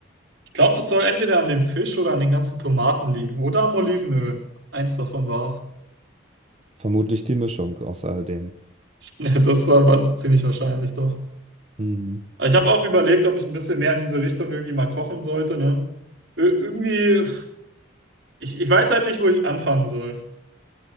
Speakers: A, on the right; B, on the right.
A: ich glaub, das soll entweder an dem Fisch oder an den ganzen Tomaten liegen oder am Olivenöl. Eins davon war es. <laughs>
B: Vermutlich die Mischung aus all dem.
A: Ja, das äh, war ziemlich wahrscheinlich doch.
B: Hm.
A: Aber ich habe auch überlegt, ob ich ein bisschen mehr in diese Richtung irgendwie mal kochen sollte, ne? Ir- Irgendwie Ich, ich weiß halt nicht, wo ich anfangen soll.